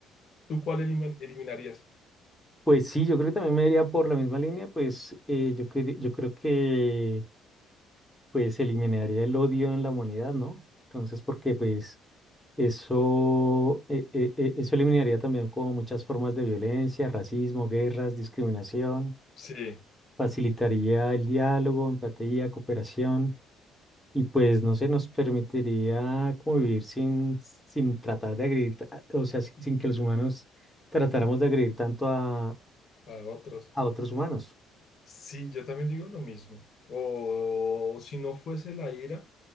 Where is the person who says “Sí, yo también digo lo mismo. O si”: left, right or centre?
Left